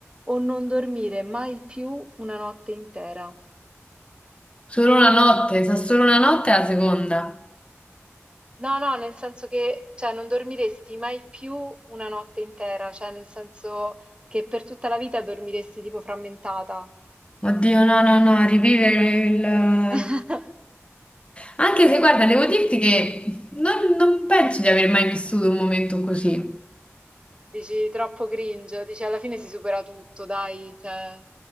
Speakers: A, on the right (about 20°); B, on the left (about 25°).
A: o non dormire mai più una notte intera?
B: Solo una notte, sa solo una notte è la seconda.
A: No, no, nel senso che, cioè, non dormiresti mai più una notte intera, cioè, nel senso che per tutta la vita dormiresti tipo frammentata.
B: Oddio, no, no, no, rivivere il...
A: <laughs>
B: Anche se, guarda, devo dirti che non, non penso di aver mai vissuto un momento così.
A: Dici troppo cringe, dici alla fine si supera tutto, dai, cioè.